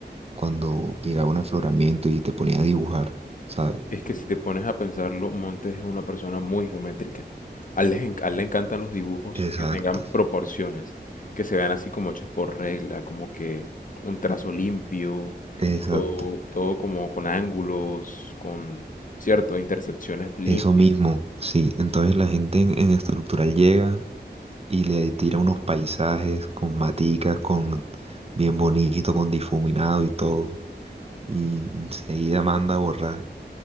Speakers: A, on the right; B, on the left.
A: cuando llegaba un afloramiento y te ponía a dibujar, ¿sabes?
B: Es que si te pones a pensarlo, Montes es una persona muy geométrica. A él, les en- a él le encantan los dibujos
A: Exacto,
B: que tengan proporciones, que se vean así como hechos por regla, como que un trazo limpio,
A: exacto.
B: todo, todo como con ángulos, con, cierto, intersecciones limpias.
A: Eso mismo, sí. Entonces la gente en, en estructural llega y le tira unos paisajes con maticas, con bien bonito, con difuminado y todo. Y enseguida manda a borrar.